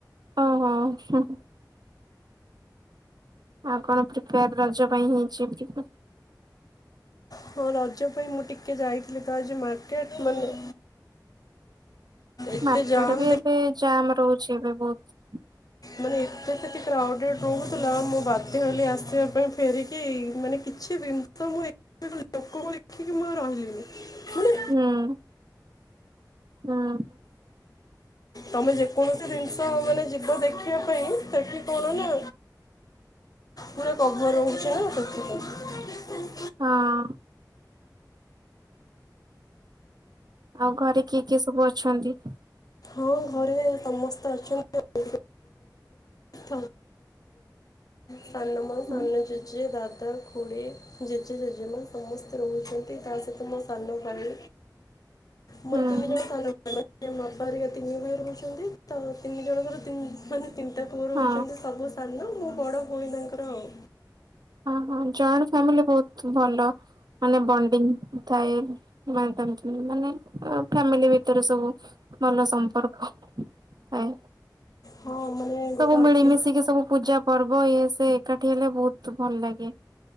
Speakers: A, on the right (about 65°); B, on the left (about 55°).
A: ଓ ହୋ ହଁ। ଆଉ କଣ ପ୍ରିପେୟାର ରଜ ପାଇଁ ହେଇଛନ୍ତି?
B: ହଁ ରଜ ପାଇଁ ମୁଁ ଟିକେ ଯାଇଥିଲି ତ ଆଜି ମାର୍କେଟ ମାନେ ଏତେ
A: ମାର୍କେଟ
B: ଜାମ୍
A: ବି
B: ଦେଖି
A: ଏବେ ଜାମ ରହୁଛି ଏବେ ବହୁତ।
B: ମାନେ ଏତେ ସେଠି କ୍ରାଉଡେଡ଼ ରହୁଥିଲା ମୁଁ ବାଧ୍ୟ ହେଲି ଆସିବା ପାଇଁ ଫେରିକି ମାନେ କିଛି ଜିନିଷ ମୁଁ <inaudible> ଲୋକଙ୍କୁ ଦେଖିକି ମୁଁ ରହିଲିନି। ମାନେ
A: ନାଁ ହଁ।
B: ତମେ ଯେକୌଣସି ଜିନିଷ ମାନେ ଯିବ ଦେ ଦେଖିବା ପାଇଁ ସେଠି କଣ ନା ପୁରା କଭର ରହୁଛିନା ସେଥିପାଇଁ।
A: ହଁ। ଆଉ ଘରେ କିଏ କିଏ ସବୁ ଅଛନ୍ତି?
B: ହଁ ଘରେ ସମସ୍ତେ ଅଛନ୍ତି। <inaudible> ସାନମା
A: ହୁଁ।
B: ସାନ ଜେଜେ ଦା ଦାଦା ଖୁଡି ଜେଜେ ଜେଜେମା ସମସ୍ତେ ରହୁଛନ୍ତି ତା ସହିତ ମୋ ସାନ ଭାଇ। ମୋର
A: ହୁଁ
B: ତିନି
A: ହୁଁ।
B: ଜଣ <inaudible> ତିନି ଭାଇ ରହୁଛନ୍ତି ତ ତିନି ଜଣଙ୍କର ତିନି ମାନେ ତିନି- <unintelligible>
A: ହଁ
B: ମୁଁ ବଡ ଭଉଣୀ। ତାଙ୍କର ଆଉ
A: ହଁ ହଁ ଜଏଣ୍ଟ ଫାମିଲି ବହୁତ ଭଲ ମାନେ ବଣ୍ଡିଙ୍ଗ ଥାଏ ମାନେ ଫ୍ୟାମିଲି ଭିତରେ ସବୁ ଭଲ ସମ୍ପର୍କ ଥାଏ।
B: ହଁ ମାନେ ଗୋଟେ
A: ସବୁ
B: ଅର୍କି
A: ମିଳିମିଶିକି ସବୁ ପୂଜା ପର୍ବ ଇଏ- ସେ ଏକାଠି ହେଲେ ବହୁତ ଭଲ ଲାଗେ।